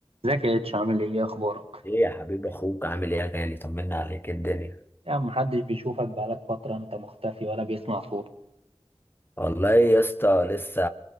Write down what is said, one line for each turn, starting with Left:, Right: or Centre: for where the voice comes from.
Right: ازيك يا اتش عامل ايه اخبارك
Left: ايه يا حبيب اخوك عامل ايه يا غالي طمنا عليك إيه الدنيا
Right: يا عم محدش بيشوفك بقالك فترة انت مختفي ولا بيسمع صوتك
Left: والله يا اسطى لسه